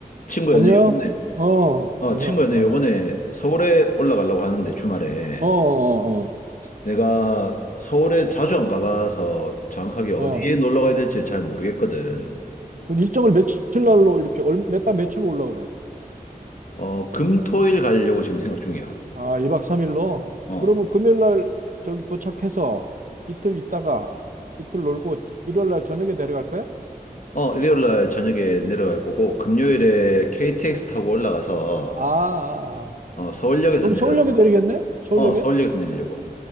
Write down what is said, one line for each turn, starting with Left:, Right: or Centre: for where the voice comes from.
Left: 친구야
Right: 안녕?
Left: 내 요번에
Right: 어,
Left: 어
Right: 안녕,
Left: 친구야 내
Right: 안녕.
Left: 요번에 서울에 올라가려고 하는데 주말에
Right: 어, 어,
Left: 내가 서울에 자주 안 가봐서 정확하게 어디에
Right: 어, 어.
Left: 놀러 가야 될지 잘 모르겠거든.
Right: 그 일정을 며칠 날로 이렇게, 몇 밤 며칠로 올라 그래?
Left: 어 금토일 가려고 지금 생각 중이야.
Right: 아, 2박 3일로?
Left: 어.
Right: 그러면 금요일 날 저기 도착해서 이틀 있다가 이틀 놀고 일요일 날 저녁에 내려갈 거야?
Left: 어 일요일 날 저녁에 내려갈 거고 금요일에
Right: 음.
Left: KTX 타고
Right: 음.
Left: 올라가서
Right: 아, 아, 아.
Left: 어 서울역에서
Right: 그럼
Left: 내려서
Right: 서울역에 내리겠네? 서울역에?
Left: 어 서울역에서 내리려고.